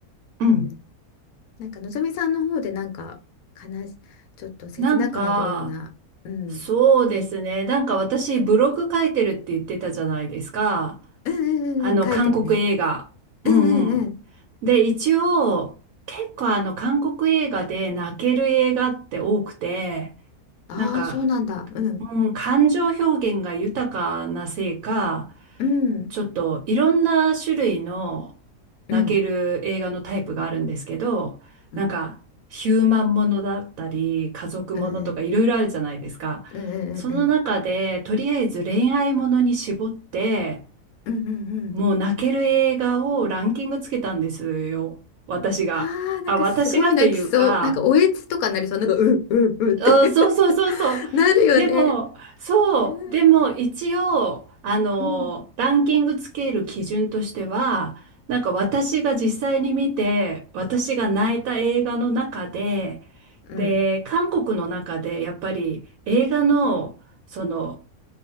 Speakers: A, on the right; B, on the left.
A: うん。
B: うん。なんかのぞみさんの方でなんか悲し、ちょっと切なくなるような、
A: なんか、
B: うん。
A: そうですね。なんか私ブログ書いてるって言ってたじゃないですか。
B: うんうんうんうん、
A: あの、
B: 書いてるね。
A: 韓国映画。
B: うんうんうん。
A: うんうん。で、一応、結構あの、韓国映画で泣ける映画って多くて、
B: ああ、
A: なんか、
B: そうなんだ。うん。
A: うん、感情表現が豊かなせいか、
B: うん。
A: ちょっといろんな種類の
B: うん。
A: 泣ける映画のタイプがあるんですけど、
B: うん。
A: なんか、ヒューマンものだったり、家族ものとかいろいろあるじゃないですか。
B: うんうんうんうんうん。
A: その中で、とりあえず恋愛ものに絞って、
B: うんうんうん。
A: もう泣ける映画をランキングつけたんですよ。私が。
B: ああ、なんかすごい泣きそう。
A: あ、私がというか、
B: なんかおえつとかなりそう。なんか、うううって
A: うんそうそうそうそう。
B: <laughs> なるよね。
A: でも、そう、
B: うん。
A: でも一応、あの、
B: うん。
A: ランキングつける基準としては、なんか私が実際に見て、私が泣いた映画の中で、
B: うん。
A: で、韓国の中でやっぱり映画の、その、